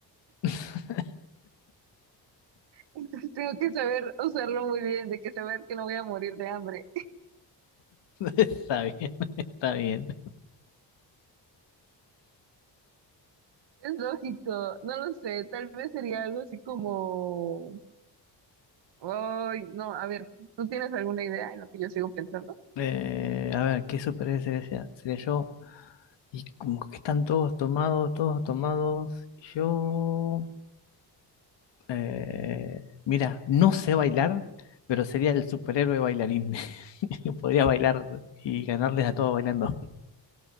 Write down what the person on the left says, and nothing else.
<laughs>
Está bien, <laughs> está bien.
Eh, a ver, ¿qué superhéroe sería, sería- sería yo? Y como que están todos tomados, todos tomados. Yo Eh, mira, no sé bailar, pero sería el superhéroe bailarín. <laughs> Podría bailar y ganarles a todos bailando.